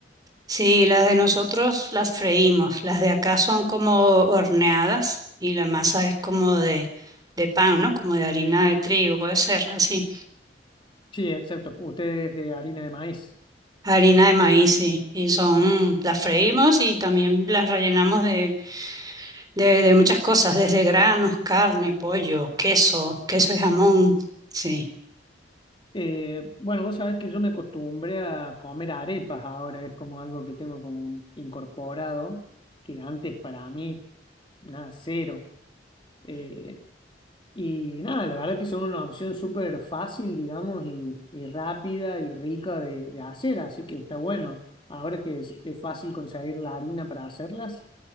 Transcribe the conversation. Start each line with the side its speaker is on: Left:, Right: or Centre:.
Right: sí, las de nosotros las freímos, las de acá son como horneadas y la masa es como de, de pan, ¿no? Como de harina de trigo, puede ser así,
Left: Sí, exacto. Ustedes de harina de maíz.
Right: harina de maíz, sí, y son, las freímos y también las rellenamos de de, de muchas cosas, desde granos, carne, pollo, queso, queso y jamón. Sí,
Left: Eh, bueno, vos sabés que yo me acostumbré a comer arepas ahora, es como algo que tengo como incorporado, que antes para mí, nada, cero. Eh, y nada, la verdad que son una opción súper fácil, digamos, y, y rápida y rica de, de hacer, así que está bueno. Ahora que es, es fácil conseguir la harina para hacerlas,